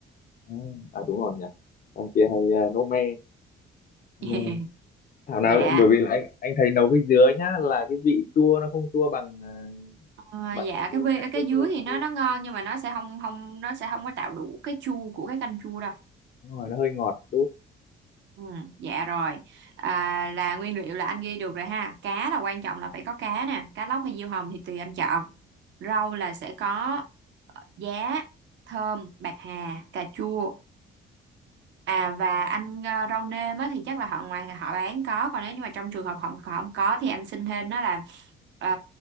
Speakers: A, on the left; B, on the right.
A: Ừ, à đúng rồi nhỉ ông kia hay à, nấu me me
B: <laughs>
A: thảo nào
B: dạ
A: bởi vì là anh anh thấy nấu với dứa nhá là cái vị chua nó không chua bằng à,
B: Ờ,
A: bằng
B: dạ
A: như
B: cái vi-
A: cái
B: cái
A: lúc
B: dưới
A: đó
B: thì nó
A: kia
B: nó ngon nhưng mà nó sẽ không không nó sẽ không có tạo đủ cái chua của cái canh chua đâu
A: đúng rồi nó hơi ngọt một chút
B: Ừ, dạ rồi à, là nguyên liệu là anh ghi được rồi ha cá là quan trọng là phải có cá nè cá lóc hay diêu hồng thì tùy anh chọn rau là sẽ có ờ, giá thơm bạc hà cà chua à và anh ờ, rau nêm á, thì chắc là họ ngoài họ bán có còn nếu như mà trong trường hợp họ họ không có thì anh xin thêm đó là ờ,